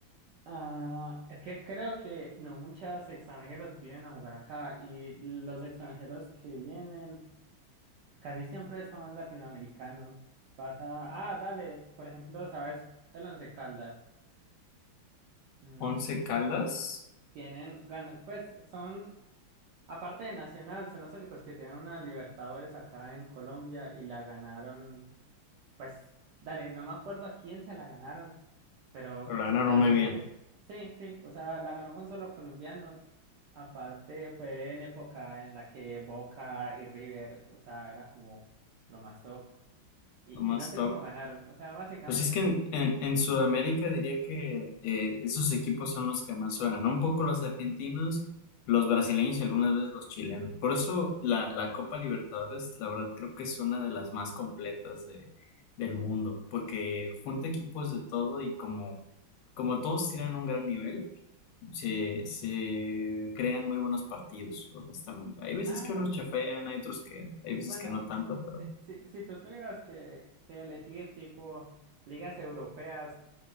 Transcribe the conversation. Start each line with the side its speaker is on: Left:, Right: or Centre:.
Right: ah, es que creo que no muchos extranjeros vienen a jugar acá y los extranjeros que vienen casi siempre son latinoamericanos. Pasa, ah, dale, por ejemplo, ¿sabes? El Once Caldas. Mm,
Left: Once Caldas,
Right: tienen, gan- pues son. Aparte de Nacional, son los únicos que tienen una Libertadores acá en Colombia y la ganaron, pues, dale, no me acuerdo a quién se la ganaron, pero
Left: pero
Right: eso
Left: la verdad
Right: fue
Left: no
Right: hace,
Left: me bien.
Right: sí, sí, o sea, la ganó con solo colombianos. Aparte fue en época en la que Boca y River, o sea, era como lo más top. Y,
Left: Lo más
Right: y no sé
Left: top.
Right: cómo ganaron, o sea, básicamente,
Left: Pues es que
Right: no-
Left: en, en- en Sudamérica diría que eh, esos equipos son los que más suenan, ¿no? Un poco los argentinos, los brasileños y algunas veces los chilenos. Por eso la, la Copa Libertadores, la verdad, creo que es una de las más completas de, del mundo, porque junta equipos de todo y como, como todos tienen un gran nivel, se, se crean muy buenos partidos, honestamente. Hay veces
Right: ah,
Left: que unos chafean, hay otros que, hay veces
Right: bueno,
Left: que no tanto, pero...
Right: si, si, si tú tuvieras que, que elegir tipo ligas europeas.